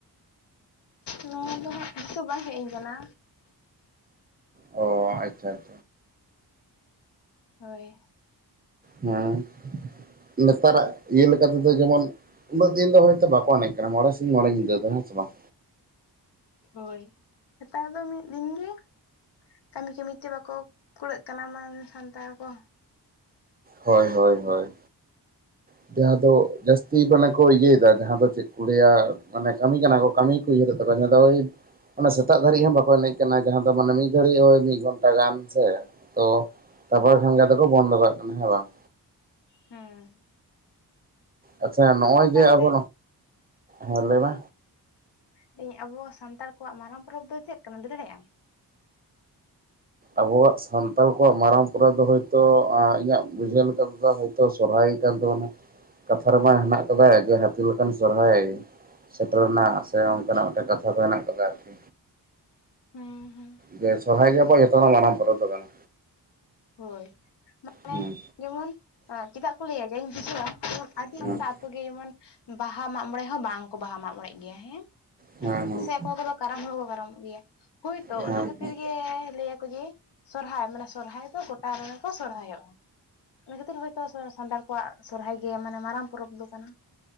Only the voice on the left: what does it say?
ᱱᱚᱣᱟ ᱫᱚ ᱦᱟᱸᱜ ᱫᱤᱥᱟᱹ ᱵᱟᱭ ᱦᱮᱡ ᱤᱧ ᱠᱟᱱᱟ
ᱦᱚᱭ
ᱦᱚᱭ ᱱᱮᱛᱟᱨ ᱫᱚ ᱢᱤᱫ ᱫᱤᱱ ᱜᱮ ᱠᱟᱹᱢᱤ ᱠᱟᱹᱢᱤ ᱛᱮ ᱵᱟᱠᱚ ᱠᱩᱲᱟᱹᱜ ᱠᱟᱱᱟ <unintelligible> ᱥᱟᱱᱛᱟᱲ ᱠᱚ
ᱦᱮᱸ
ᱦᱮᱸ
ᱟᱨ ᱛᱟᱦᱚᱞᱮ
ᱞᱟᱹᱭ ᱤᱧ ᱟᱵᱚ ᱥᱟᱱᱛᱟᱲ ᱠᱚᱣᱟᱜ ᱢᱟᱨᱟᱝ ᱯᱚᱨᱚᱵᱽ ᱫᱚ ᱪᱮᱫ ᱠᱟᱱᱟᱢ? ᱞᱟᱹᱭ ᱫᱟᱲᱮᱭᱟᱜ-ᱟ
ᱦᱮᱸ ᱦᱮᱸ
ᱦᱳᱭ ᱢᱟᱱᱮ
ᱡᱮᱢᱚᱱ ᱪᱮᱫᱟᱜ ᱠᱚ ᱞᱟᱹᱭᱟ ᱡᱟᱹᱧ ᱵᱩᱡᱷᱟᱹᱣᱟ ᱡᱮᱢ ᱟᱹᱰᱤ
ᱟᱢᱫᱟ ᱡᱮᱢᱚᱱ ᱵᱟᱦᱟ ᱢᱟᱜ ᱢᱚᱬᱮ ᱦᱚᱸ ᱵᱟᱝ ᱠᱚ ᱵᱟᱦᱟ ᱢᱟᱜ ᱢᱚᱬᱮᱜ ᱜᱮᱭᱟ ᱦᱮᱸ
ᱥᱮ ᱚᱠᱚᱭ ᱠᱚᱫᱚ ᱠᱟᱨᱟᱢ ᱦᱚᱲᱠᱚ ᱠᱟᱨᱟᱢᱚᱜ ᱜᱮᱭᱟ ᱦᱳᱭᱛᱚ
ᱚᱱᱟ ᱠᱷᱟᱹᱛᱤᱨ ᱜᱮ ᱞᱟᱹᱭᱟᱠᱚ ᱡᱮ ᱥᱚᱨᱦᱟᱭ ᱢᱟᱱᱮ ᱥᱚᱨᱦᱟᱭ ᱛᱚ ᱜᱚᱴᱟ ᱨᱮ ᱠᱚ ᱥᱚᱨᱦᱟᱭᱚᱜ-ᱟ ᱚᱱᱟ ᱠᱷᱟᱹᱛᱤᱨ ᱦᱚᱭᱛᱚ ᱥᱟᱱᱛᱟᱲ ᱠᱚᱣᱟᱜ ᱥᱚᱨᱦᱟᱭ ᱜᱮ ᱢᱟᱱᱮ ᱢᱟᱨᱟᱝ ᱯᱚᱨᱚᱵᱽ ᱫᱚ ᱠᱟᱱᱟ